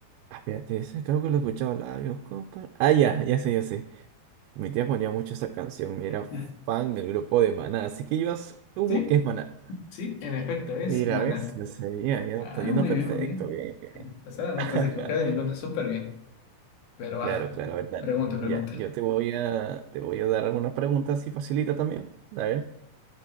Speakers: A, on the right; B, on the left.
A: Ah, espérate, ese creo que lo he escuchado labios, compa. Ah, ya, ya sé, ya sé. Mi tía ponía mucho esta canción y era
B: <laughs>
A: fan del grupo de Maná, así que yo asumo
B: ¿Sí?
A: que es Maná.
B: Sí, en efecto, es
A: Mira,
B: Maná.
A: ¿ves? Yo sabía, ya
B: Ah,
A: está yendo
B: muy
A: perfecto,
B: bien, muy bien.
A: bien, bien.
B: O sea, no
A: Ajá.
B: te has equivocado de ninguna, súper bien. Pero va,
A: Claro, claro, a ver, dale.
B: pregunta, pregunta.
A: Ya, yo te voy a, te voy a dar algunas preguntas así facilita también. A ver,